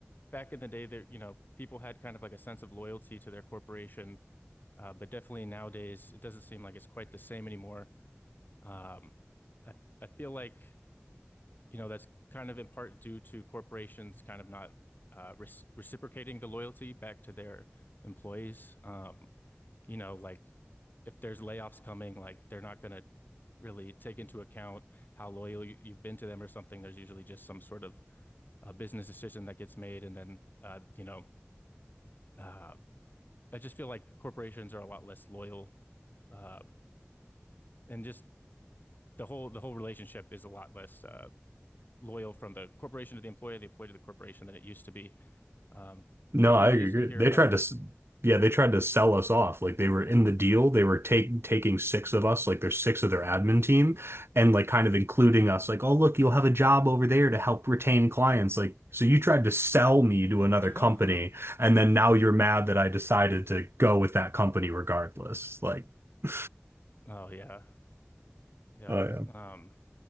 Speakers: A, on the left; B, on the right.
A: back in the day there, you know, people had kind of like a sense of loyalty to their corporation. Uh, but definitely nowadays it doesn't seem like it's quite the same anymore. Um I I feel like you know, that's kind of in part due to corporations kind of not uh, res reciprocating the loyalty back to their employees. Um, you know, like if there's layoffs coming, like they're not going to really take into account how loyal you- you've been to them or something. There's usually just some sort of uh, business decision that gets made, and then uh, you know, uh, I just feel like corporations are a lot less loyal, uh, and just the whole the whole relationship is a lot less. Uh, loyal from the corporation to the employee, the employee to the corporation than it used to be. Um,
B: No,
A: because
B: I
A: you know,
B: agree.
A: you used to hear
B: They
A: about
B: tried
A: like,
B: to, s- yeah, they tried to sell us off. Like they were in the deal. They were take, taking six of us, like there's six of their admin team, and like kind of including us. Like, oh, look, you'll have a job over there to help retain clients. Like, so you tried to sell me to another
A: <laughs>
B: company,
A: oh
B: and then now you're mad that I decided to go with that company regardless. Like, <laughs>
A: yeah, yeah.
B: oh
A: Um,